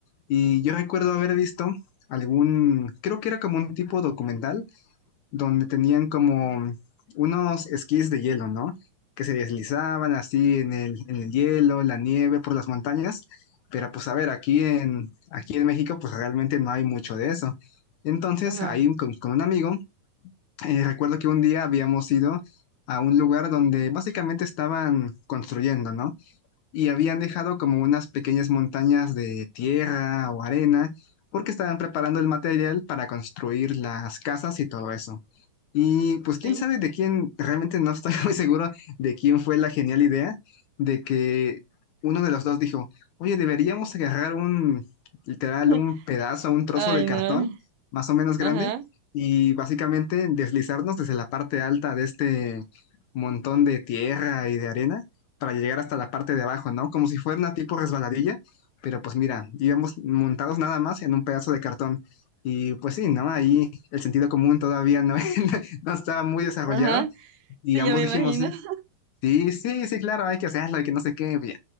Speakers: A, on the left; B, on the right.
A: y yo recuerdo haber visto algún, creo que era como un tipo documental donde tenían como unos esquís de hielo, ¿no? Que se deslizaban así en el, en el hielo, en la nieve, por las montañas. Pero pues a ver, aquí en, aquí en México pues realmente no hay mucho de eso. Entonces
B: ajá,
A: ahí con, con un amigo, eh, recuerdo que un día habíamos ido a un lugar donde básicamente estaban construyendo, ¿no? Y habían dejado como unas pequeñas montañas de tierra o arena porque estaban preparando el material para construir las casas y todo eso. Y pues quién
B: sí.
A: sabe de quién, realmente no estoy <laughs> muy seguro de quién fue la genial idea de que uno de los dos dijo, oye, deberíamos agarrar un, literal,
B: <laughs>
A: un pedazo, un trozo
B: Ay,
A: de
B: no.
A: cartón más o menos grande
B: Ajá,
A: y básicamente deslizarnos desde la parte alta de este montón de tierra y de arena para llegar hasta la parte de abajo, ¿no? Como si fuera una tipo resbaladilla, pero pues mira, íbamos montados nada más en un pedazo de cartón. Y pues sí, ¿no? Ahí el sentido común todavía no <laughs> no estaba muy desarrollado
B: ajá,
A: y
B: sí,
A: ambos
B: ya me
A: dijimos,
B: imagino.
A: sí,
B: <laughs>
A: sí, sí, sí, claro, hay que hacerlo hay que no sé qué, ya,